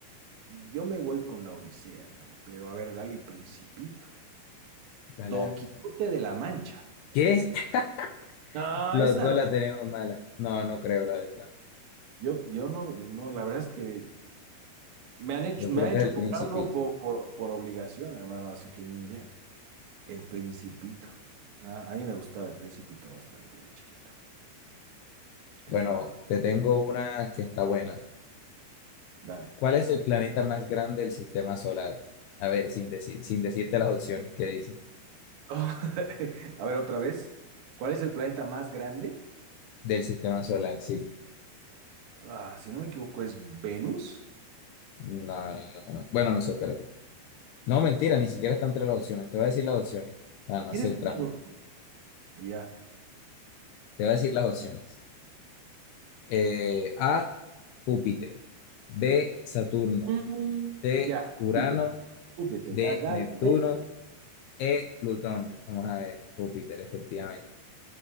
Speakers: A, on the right; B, on the left.
A: yo me voy con La Odisea, hermano. Pero a ver, dale El Principito.
B: Dale,
A: Don
B: a ver.
A: Quijote de la Mancha.
B: ¿Qué? <laughs>
A: No,
B: Los
A: esa,
B: dos la tenemos mala. No, no creo, la verdad.
A: Yo, yo no, no, la verdad es que me han hecho,
B: Yo
A: me
B: creo
A: han
B: que
A: hecho
B: es el
A: comprarlo
B: principito.
A: por, por, por obligación, hermano, así que ni idea. El Principito. Ah, a mí me gustaba el Principito bastante de chiquito. Eso
B: Bueno,
A: estaba bueno.
B: te tengo una que está buena.
A: Dale.
B: ¿Cuál es el planeta más grande del sistema solar? A ver, sin decir, sin decirte las opciones que dice.
A: <laughs> A ver, otra vez. ¿Cuál es el planeta más grande?
B: Del sistema solar, sí.
A: Ah, si no me equivoco, es Venus.
B: No, no, no, no. Bueno, no sé, espérate. No, mentira, ni siquiera está entre las opciones. Te voy a decir las opciones para
A: Si
B: no
A: quieres,
B: hacer trampa.
A: te lo- Ya.
B: Te voy a decir las opciones. Eh, A, Júpiter. B, Saturno.
A: Mm.
B: C,
A: Ya,
B: Urano.
A: Júpiter. Júpiter,
B: D,
A: da, dale.
B: Neptuno.
A: dale.
B: E, Plutón. Vamos a ver, Júpiter, efectivamente.